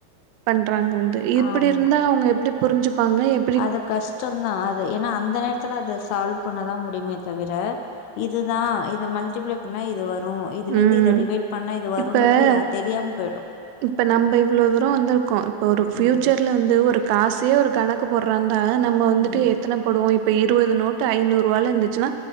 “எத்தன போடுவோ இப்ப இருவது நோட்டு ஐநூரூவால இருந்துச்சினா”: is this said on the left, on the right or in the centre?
Right